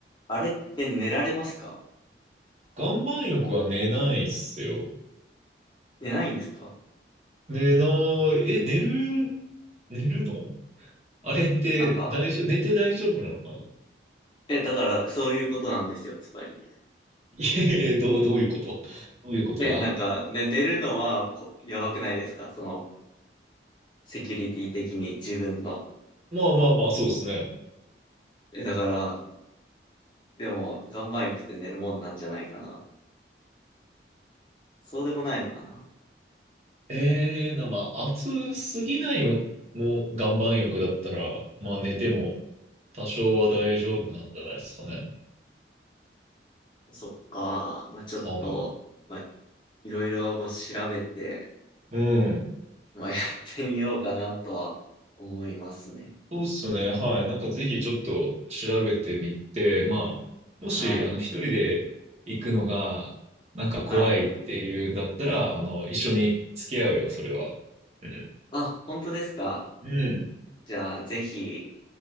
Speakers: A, on the left; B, on the right.
A: あれって寝られますか
B: 岩盤浴は寝ないっすよ。
A: 寝ないんですか
B: 寝ない、え、寝る、寝るのあれって大丈夫、
A: なんか、
B: 寝て大丈夫なのかな
A: え、だからそういうことなんですよ、つまり。
B: いえいえ、どう、どういうことどういうことだ
A: え、なんか、ね、寝るのはこやばくないですかその、セキュリティ的に自分の。
B: まあまあまあ、そうですね。
A: え、だから、でも、岩盤浴って寝るもんなんじゃないかな。そうでもないのかな
B: ええな、まあ、暑すぎないも、もう岩盤浴だったら、まあ、寝ても多少は大丈夫なんじゃないですかね。
A: そっか。まあ、ちょっと、
B: 多分。
A: まあ、いろいろこう調べて、
B: うん。
A: まあ、やってみようかなとは思いますね。
B: そうっすね。はい。なんかぜひちょっと調べてみて、まあ、もし、
A: はい。
B: あの、一人で行くのが、なんか怖いっていうんだったら、
A: はい。
B: あの、一緒に付き合うよ、それは。うん。
A: あ、本当ですか
B: うん。
A: じゃあ、ぜひ、